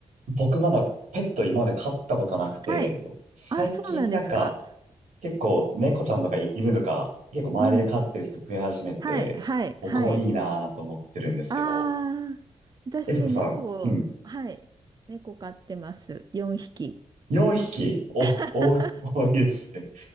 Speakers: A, on the right; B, on the right.
A: 僕まだペット今まで飼ったことなくて、
B: はい。
A: 最近なんか
B: あ、そうなんですか。
A: 結構猫ちゃんとか犬とか結構周りで飼ってる人増え始めて、
B: うん。はい、はい、
A: 僕もいいなぁなんて思ってるんですけど、
B: はい。ああ、私、
A: エスコさん、
B: 猫、
A: うん、
B: はい。猫飼ってます。4匹。
A: 4匹、お、
B: <laughs>
A: お、多いですね。